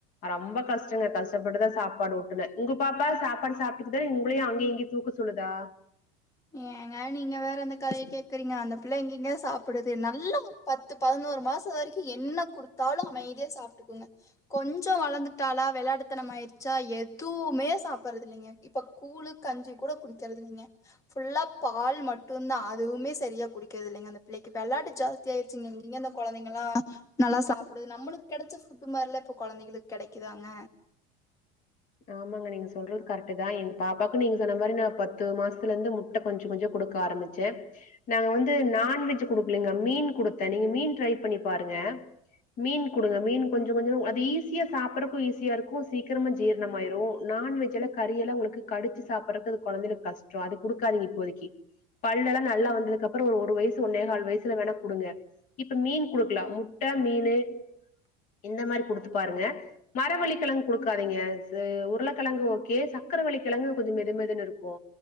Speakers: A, on the left; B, on the left.
A: ரொம்ப கஷ்டங்க கஷ் கஷ்டப்பட்டுதா சாப்பாடு ஊட்டுனே உங்க பாப்பா சாப்பாடு சாப்பிட்டுக்குதா உங்களையு அங்க இங்கேயு தூக்க சொல்லுதா
B: ஏங்க நீங்க வேற அந்த கதய கேக்குறீங்க அந்த பிள்ள எங்கெங்க சாப்பிடுது நல்லா ஒர் பத்து பதினோரு மாசோ வரைக்கு என்ன குடுத்தாலு அமைதியா சாப்ட்டுக்குங்க கொஞ்சோ வளந்துட்டாலா வெள்ளாட்டு தனம் ஆயிட்ச்சா எதுவுமே சாப்பர்றது இல்லைங்க இப்ப கூழு கஞ்சி கூட குடிக்கறது இல்லைங்க ஃபுல்லா பால் மட்டுந்தா அதுவுமே சரியா குடிக்கறதில்லைங்க அந்த பிள்ளைக்கு வெள்ளாட்டு ஜாஸ் தி ஆயிடுச்சிங்க எங்க இந்த கொழந்தைங்கல்லா நல்லா சாப்டுது நம்முளுக்கு கெடைச்ச ஃபுட்டு மாரில்லா இப்ப கொழந்தைங்களுக்கு கெடைக்குதாங்க
A: ஆமாங்க நீங்க சொல்றது கரெக்ட்டுதா எங்க பாப்பாக்கு நீங்க சொன்ன மாரி நா பத்து மாசத்துலருந்து முட்ட கொஞ்ச கொஞ்சோ குடுக்க ஆரம்பிச்சே நாங்க வந்து நான்வெஜ் குடுக்குலிங்க மீன் குடுத்தே நீங்க மீன் ட்ரை பண்ணி பாருங்க மீன் குடுங்க மீன் கொஞ்ச கொஞ்சோ அது ஈஸியா சாப்பட்றக்கு ஈஸியா இருக்கு சீக்கிரமா ஜீர மாயிரு நான்வெஜ்லா கறியெல்லா உங்குளுக்கு கடிச்சு சாப்பர்றக்கு அது கொழந்தைகளுக்கு கஷ்டோ அது குடுக்காதீங்க இப்போதைக்கு பல்லெல்லா நல்லா வந்ததுக்கு அப்றோ ஒரு ஒரு வயசு ஒன்னே கால் வயசுல வேணா குடுங்க இப்ப மீன் குடுக்லா முட்ட மீனு இந்த மாரி குடுத்து பாருங்க மரவள்ளி கெழங்கு குடுக்காதீங்க இது உருளக்கெழங்கு ஓகே சக்ரவள்ளி கெழங்கு கொஞ்சோ மெதுமெதுன்னு இருக்கு